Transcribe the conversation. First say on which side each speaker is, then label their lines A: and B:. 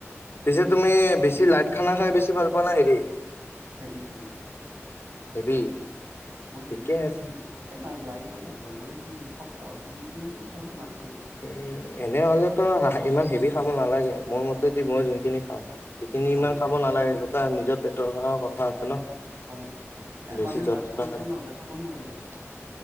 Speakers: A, on the left (about 50°); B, on the right (about 65°).
A: পিছে তুমি বেছি লাইট খানা খাই বেছি ভাল পোৱা নাই হেৰি
B: <unintelligible>
A: <unintelligible>
B: মই
A: ঠিকে
B: হেভি মানে
A: আছে
B: কি, এ না লাইটে ভাল পাওঁ মানে কি <unintelligible> চলে মাছ মাংস
A: উম এনে হ'লেতো ইমান হেভি খাব নালাগে। মোৰ মতেদি মই যোনখিনি খাওঁ সেইখিনি
B: হয়
A: ইমান খাব
B: হয়
A: নালাগে <unintelligible> নিজত পেটৰ <unintelligible> কথা আছে ন,
B: হয় হয় এ
A: বেছি
B: মানে মাছ মাংস
A: <unintelligible>
B: নহ'লে খাব নোৱাৰি দেখোন